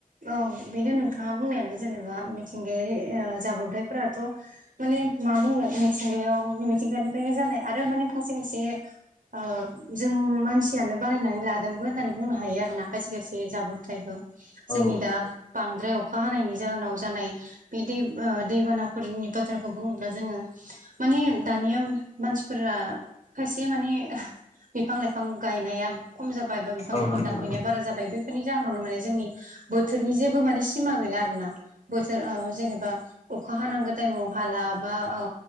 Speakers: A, on the right (about 65°); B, on the left (about 45°).
A: औ बेनो नोंथाङा बुंनायानो जेनेबा मिथिंगायारि ओ जाब्रबथायफोराथ' माने मा बुंनो मिथिंगायाव मिथिंगानिफ्रायनो जानाय आरो माने खायसे खायसे ओ जों मानसियानो बारायनानै लादोंबो होननानै बुंनो हायो आरो ना खायसे खायसे। बे जाब्रबथायखौ जोंनि
B: औ
A: दा बांद्राय अखा हानायनि जाहोनाव जानाय बे दै दैबानाफोरनि बाथ्राखौ बुङोब्ला जोङो माने दानिया मानसिफोरा खायसे माने बिफां लाइफां गायनाया खम जाबाय बा बिफां
B: औ
A: लाइफां
B: नंगौ
A: दानफायनाया बारा जाबाय बेफोरनि जाहोनावनो माने जोंनि बोथोरनि जेबो माने सिमा गैला आरो ना। बोसोर ओ जेनेबा अखा हानांगौ टाइमाव हाला बा औ